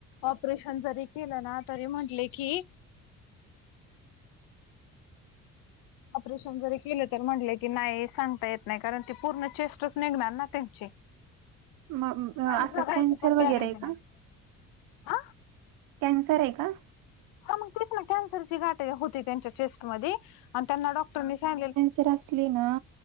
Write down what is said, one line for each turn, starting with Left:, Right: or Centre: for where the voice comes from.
Left: ऑपरेशन जरी केलं ना तरी म्हटले की ऑपरेशन जरी केलं तर म्हटले की नाही सांगता येत नाही, कारण ते पूर्ण चेस्टच निघणार ना त्यांची.
Right: मग अ,
Left: माणूस
Right: असं
Left: जगायची
Right: कॅन्सर
Left: पण गॅरंटी
Right: वगैरे आहे का?
Left: नाही. हा
Right: कॅन्सर आहे का?
Left: हा मग तेस ना कॅन्सरची गाठय होती त्यांच्या चेस्टमधी आणि त्यांना डॉक्टरनी सांगले
Right: तर असली ना